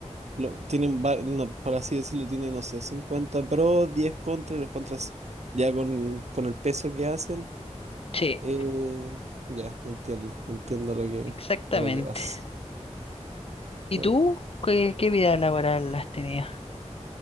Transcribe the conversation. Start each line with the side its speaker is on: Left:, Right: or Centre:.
Right: Lo, tienen, va- no, por así decirlo, tiene, no sé, 50 pros, 10 contras, y los contras ya con, con el peso que hacen,
Left: Sí,
Right: eh, ya, entiendo, entiendo lo que,
Left: exactamente.
Right: a lo que vas.
Left: ¿Y
Right: Claro.
Left: tú qué, qué vida laboral has tenido?